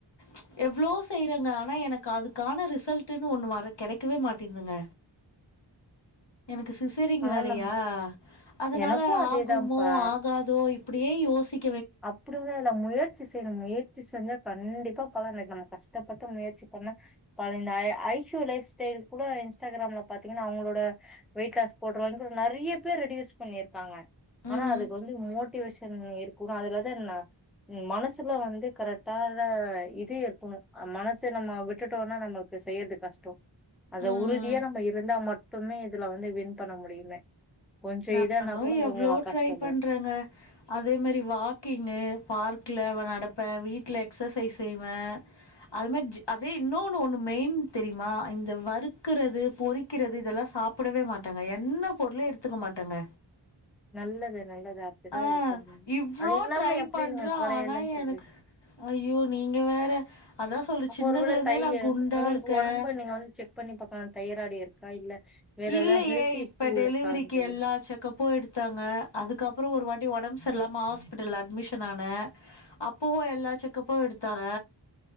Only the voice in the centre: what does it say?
ஆனா
நம்
எனக்கு அதேதான்ப்பா
அப்புடினாயில்ல முயற் முயற்சி செய்ணு முயற்ச்சி செஞ்சா கண்டிப்பா பலன் <unintelligible> நம்மோ கஷ்டப்பட்டு முயற்சி பண்ணா பழைய இந்த ஐ ஐஸு லைப் ஸ்டைல் கூட இன்ஸ்டாகிராம்ல பாத்தீங்ன்னா அவுங்களோட வெயிட் லாஸ் போடுறவோ இன்னு நெறைய பேரு ரெடியூஸ் பண்ணிருக்காங்க
ஆனா அதுக்கு வந்து மோட்டிவேஷன் இருக் கூட அதுல இருக்குற ந மனசுல வந்து கரெக்டாதா இது இருப்போணு அ மனசு நம்ம விட்டுட்டோன்னா நம்மளுக்கு செய்யறது கஷ்டோ அது
உறுதியா நம்ம இருந்தா மட் எப்பவுமே இதுல வந்து வின் பண்ண முடியுமே கொஞ்சோ
இதானா கூட
கொஞ்சோ
கஷ்டந்தா
நல்லது நல்லது அப்டிதா
இருக்கணு
அது இல்லாம
எப்டி
நீங்க கொறையலன்னு
சொல்றீங்க
அப்போ
ஒருவேள தைய
உங்களுக்கு ஒடம்ப நீங்க வந்து செக் பண்ணி பாக்கலா தைய்ராய்டு இருக்கா இல்ல வேற
ஏதா ஹெல்த்
இஷ்யூ
இருக்கான்ட்டு